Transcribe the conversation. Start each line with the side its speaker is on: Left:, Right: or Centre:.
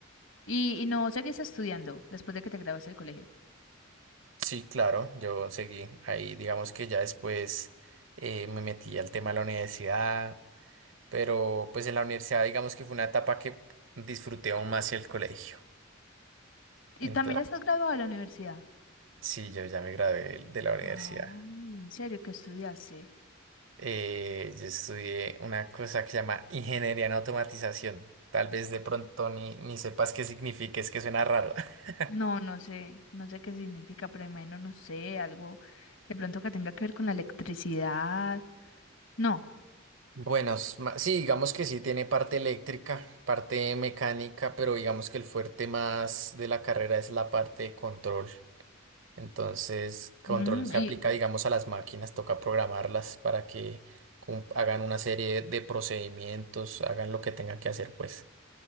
Left: Y, y no, seguís estudiando después de que te gradúes del colegio.
Right: Sí, claro, yo seguí ahí, digamos que ya después eh, me metí al tema de la universidad, Pero pues en la universidad digamos que fue una etapa que disfruté aún más el colegio.
Left: Y
Right: Entonces,
Left: también ya estás graduado de la universidad.
Right: sí, yo ya me gradué de de la universidad.
Left: Ay, ¿en serio qué estudiaste?
Right: Eh, yo estudié una cosa que se llama ingeniería en automatización. Tal vez de pronto ni, ni sepas qué significa, es que suena raro. <laughs>
Left: No, no sé, no sé qué significa, pero imagino, no sé, algo de pronto que tenga que ver con la electricidad. No.
Right: Bueno, s- ma- sí, digamos que sí tiene parte eléctrica, parte mecánica, pero digamos que el fuerte más de la carrera es la parte de control. Entonces, control
Left: Mm,
Right: se
Left: y,
Right: aplica, digamos, a las máquinas, toca programarlas para que cum- hagan una serie de procedimientos, hagan lo que tengan que hacer, pues.